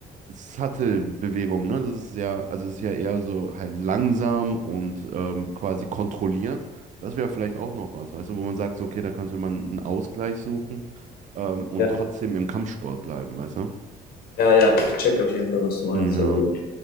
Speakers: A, on the right; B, on the left.
A: Sattelbewegung, ne? Das ist ja, also es ist ja eher so halt langsam und ähm, quasi kontrolliert. Das wäre vielleicht auch noch was, weißt du, wo man sagt, so, okay, da könnte man einen Ausgleich suchen ähm, und
B: ja,
A: trotzdem im Kampfsport bleiben, weißt du?
B: ja, ja, ich check auf jeden Fall, was du meinst.
A: Ja.
B: Also,